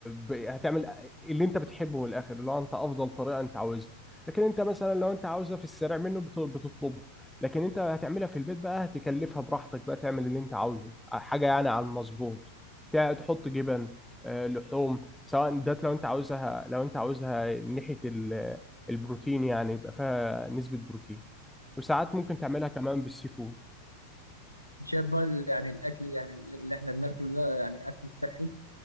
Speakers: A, in the centre; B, on the left.
A: ب... هتعمل اللي انت بتحبه من الاخر اللي هو انت افضل طريقه انت عاوزها لكن انت مثلا لو انت عاوزها في السريع منه بت... بتطلبها لكن انت هتعملها في البيت بقى هتكلفها براحتك بقى تعمل اللي انت عاوزه آه، حاجه يعني على المظبوط تع- تحط جبن أه، لحوم سواء ده لو انت عاوزها لو انت عاوزها ناحيه البروتين يعني يبقى فيها نسبة بروتين وساعات ممكن تعملها كمان بالسي فود
B: شايف بقى ال- يعني الاكل يعني اللي احنا بناكله ده يعني اكل صحي